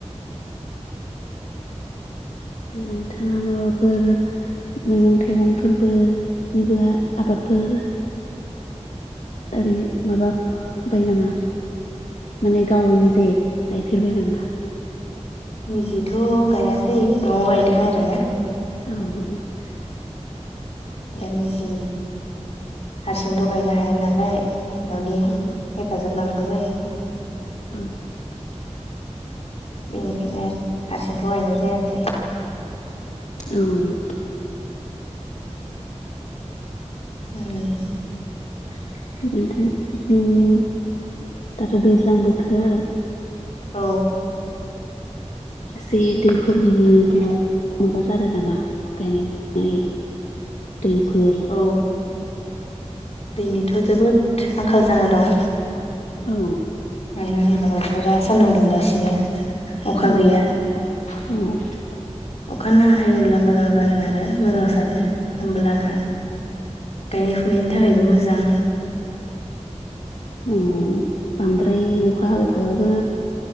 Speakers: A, on the left; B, on the left.
A: <inaudible> नोंथाङा माबाफोर मेगं -थाइगंफोरबो <unintelligible> आबादफोर ओैरै माबा बाय नामा? माने गावनि जे गायफेरबाय नामा?
B: निजिथ' गायाखै न'आव गायदों आरो
A: औ
B: दानि जि हारसिंथ' गायनो हाया नालाय न'नि
A: औ
B: हेफाजाब लानांगौ जायो।
A: औ
B: बेनिखायनो आरो हारसिं थ गायनाय जायाखै
A: औ
B: उम
A: <unintelligible> दाथ' दैज्लां बोथोर
B: औ
A: एसे दैफोरनिबो माबा जादो नामा गायनाय-फुनाय दै फोर
B: औ दैनिथ' जोबोद आंखाल जाना दं।
A: औ
B: मानो होनबा बोथोरा सान्दुं दुंगासिनो अखा
A: औ
B: गैया।
A: औ
B: अखा ना हायोब्ला मोजां जागोन आरो मोजां सानो होमब्लाना गायनाय फुनायनि थाखायबो मोजां
A: उम बांद्राय अखा हाबाय थाबाबो